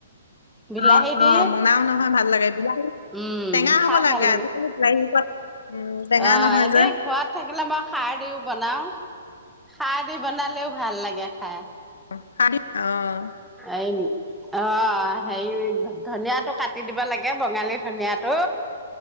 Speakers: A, in the centre; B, on the left.
A: বিলাহী
B: অ'
A: দি
B: অ' বনাও নহয় ভাল লাগে বিলাহী
A: উম
B: টেঙা
A: খাই
B: হব লাগে।
A: ভাল
B: আজিকালি বিলাহী আক' উম টেঙা
A: অ',
B: নহয়
A: এনে
B: যে।
A: ঘৰত থাকিলে মই খাৰ দিও বনাও। খাৰ দি বনালেও ভাল লাগে খাই।
B: অ'।
A: এই অ হেই ধনিয়াটো কাটি দিব লাগে বঙালী ধনিয়াটো